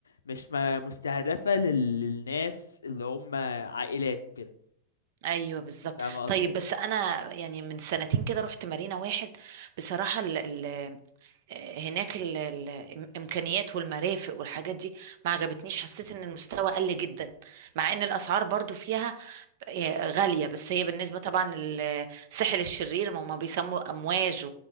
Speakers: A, on the left (about 70°); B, on the right (about 50°).
A: مش ما- مستهدفة لل- للناس اللي هم عائلات وكده
B: ايوه بالظبط
A: فاهمة قصدي؟
B: طيب بس انا يعني من سنتين كده رحت مارينا واحد بصراحه ال ال هناك ال ال الامكانيات والمرافق والحاجات دي ما عجبتنيش حسيت ان المستوى قل جدا مع ان الاسعار برضو فيها غالية بس هي بالنسبة طبعا للسحر الشرير ما هما بيسموا أمواج